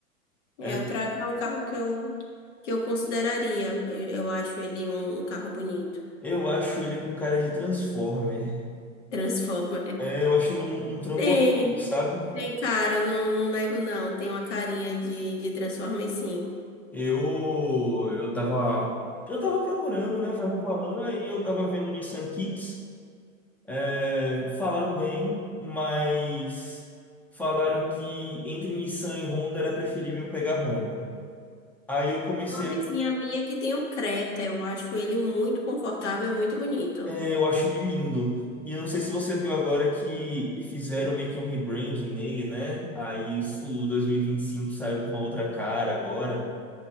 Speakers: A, on the left; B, in the centre.
A: É,
B: É,
A: o Tracker é um carro que eu, que eu consideraria. Eu, eu acho ele um, um carro bonito.
B: Eu acho ele com cara de Transformer.
A: Transformer.
B: É, eu acho ele um,
A: <laughs>
B: um trambolhão,
A: Tem,
B: sabe?
A: tem cara, não, não nego não. Tem uma carinha de, de Transformer, sim.
B: Eu, eu tava, eu tava procurando, né? Tava falando, aí eu tava vendo Nissan Kicks. É, falaram bem, mas falaram que entre Nissan e Honda era preferível pegar Honda. Aí eu comecei
A: Uma
B: a,
A: vizinha minha que tem um Creta, eu acho ele muito confortável e muito bonito.
B: é, eu acho ele lindo. E eu não sei se você viu agora que fizeram meio que um rebranding nele, né? Aí isso- o 2025 saiu com uma outra cara agora.